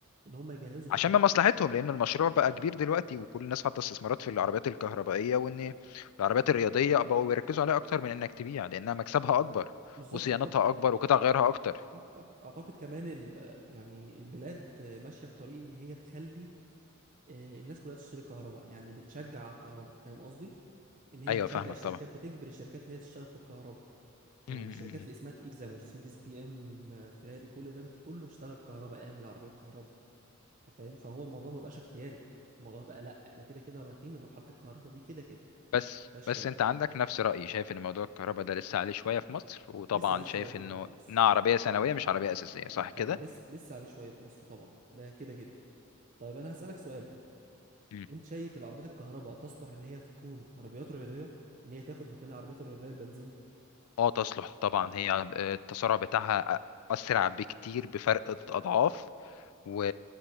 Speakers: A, on the right; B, on the left.
A: ان هم يجهزوا الطرق
B: عشان من مصلحتهم لان المشروع بقى كبير دلوقتي وكل الناس حاطه استثمارات في العربيات الكهربائيه وان العربيات الرياضيه بقوا بيركزوا عليها اكتر من انك تبيع لانها مكسبها اكبر
A: بالظبط
B: وصيانتها
A: اعتقد
B: اكبر وقطع غيارها اكتر
A: صح صح اعتقد كمان ال... يعني البلاد ماشيه في طريق ان هي تخلي آه، الناس كلها تشتري كهرباء يعني بتشجع على الكهرباء فاهم قصدي ان هي
B: ايوه
A: بتشجع
B: فاهمك
A: الشركات
B: طبعا
A: بتجبر الشركات ان هي تشتغل في الكهرباء يعني
B: مم، مم،
A: الشركات
B: مم.
A: اللي اسمها تقيل زي مرسيدس بي ام آه، فيراري كل ده بتقول له اشتغل كهرباء اعمل عربيه كهرباء أنت فاهم فهو الموضوع ما بقاش اختياري الموضوع بقى لا احنا كده كده رايحين لمرحله الكهرباء دي كده كده
B: بس
A: مفيهاش
B: بس
A: كلام
B: انت عندك نفس رأيي شايف ان موضوع الكهرباء ده لسه عليه شوية في مصر وطبعا
A: لسه عليه شويه
B: شايف
A: طبعا
B: انه
A: في مصر
B: انها عربية ثانوية مش عربية أساسية صح
A: لا طبعا
B: كده؟
A: لسه لسه عليه شويه في مصر طبعا ده كده كده طيب انا هسالك سؤال
B: مم.
A: انت شايف العربيات الكهرباء تصلح ان هي تكون عربيات رياضيه ان هي تاخد مكان العربيات الرياضيه البنزين
B: اه تصلح طبعا هي آه، التسارع بتاعها أ- أسرع بكتير بفرق أضعاف و...